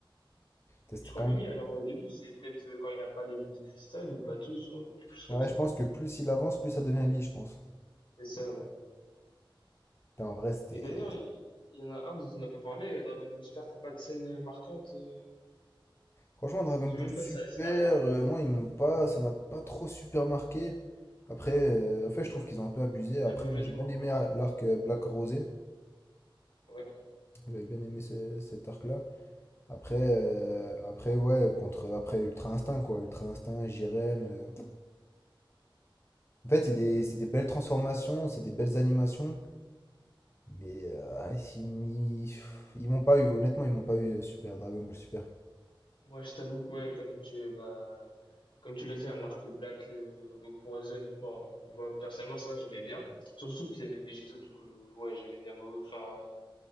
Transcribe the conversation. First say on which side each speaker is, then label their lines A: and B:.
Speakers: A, on the left; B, on the left.
A: Ça, C'était
B: Et je crois
A: quand
B: que
A: même
B: lui, alors au début, c'est peut-être euh, quand il a pas les boules de cristal, ou pas tous, ou quelque chose comme
A: Ouais,
B: ça.
A: je pense que plus il avance, plus ça devient lit, je pense.
B: C'est ça, ouais.
A: Putain, en vrai, c'était...
B: Et d'ailleurs, il il y en a un dont on n'a pas parlé, euh, Dragon Ball Super, t'as pas de scène euh, marquante. euh,
A: Franchement, Dragon
B: Je
A: Ball
B: sais même
A: Super,
B: pas si t'as si t'as regardé.
A: euh, moi, ils m'ont pas... Ça m'a pas trop super marqué. Après, euh, en fait, je trouve qu'ils ont un peu abusé. Après,
B: Très beau jeu
A: moi,
B: de
A: j'ai
B: mots.
A: bien aimé
B: hein.
A: euh, l'arc euh, Black Rosé.
B: Ouais,
A: J'avais bien aimé ce- cet arc-là. Après, euh, après, ouais, contre... Après, Ultra Instinct, quoi. Ultra Instinct, Jiren... euh. En fait, c'est des... c'est des belles transformations, c'est des belles animations. Mais euh, ah, ils m'y- ils m'ont pas eu, honnêtement, ils m'ont pas eu euh, Super, Dragon Ball Super.
B: moi je t'avoue que ouais, comme tu bah comme tu l'as dit, hein, l'arc Black euh, Goku Horizon, honnêtement, moi personnellement ça va, j'aimais bien. Surtout qu'il y avait Végéto, du coup, je- ouais, j'aimais bien beau enfin